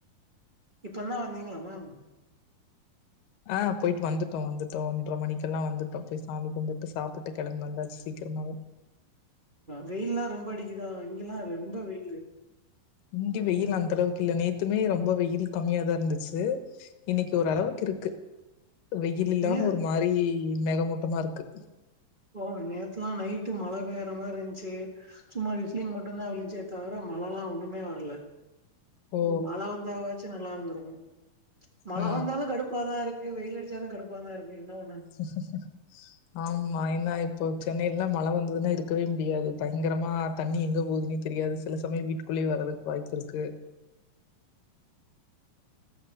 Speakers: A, on the right; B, on the left.
A: இப்பனா வந்தீங்களா மேம்
B: ஆ போயிட்டு வந்துட்டோ வந்துட்டோ ஒன்ற மணிக்கெல்லா வந்துட்டோ போய் சாமி கும்பிட்டு சாப்பிட்டு கிளம்ப வந்தாச்சு சீக்கிரமாவே
A: வெயில் எல்லா ரொம்ப அடிக்குதா இங்க எல்லா ரொம்ப வெயிலு
B: இங்க வெயில் அந்தளவுக்கு இல்ல நேத்துமே ரொம்ப வெயில் கம்மியாதா இருந்துச்சு இன்னைக்கு ஒரளவுக்கு இருக்கு வெயில் இல்லாம
A: நே
B: ஒரு மாரி மேகமூட்டமா இருக்கு
A: ஓ நேத்துல்லா நைட்டு மழ பெய்ற மாரி இருந்துச்சு சும்மா விஸ்லிங் மட்டுந்தா விழுந்ச்சே தவர மழலா ஒன்னுமே வர்ல
B: ஓ!
A: ம் மழ வந்தாவாச்சு நல்லா இருந்திருக்கு மழ
B: ஆ.
A: வந்தாலு கடுப் பாதா இருக்கு வெயில் அடிச்சாலு கடுப்பாதா இருக்கு என்ன பண்ண
B: ச ச ச ஆம்மா ஏனா இப்போ சென்னைலலா மழ வந்ததுனா இருக்கவே முடியாது பயங்கரமா தண்ணி எங்க போதுனே தெரியாது சில சமய வீட்டுக்குள்ளயே வரதுக்கு வாய்ப்பு இருக்கு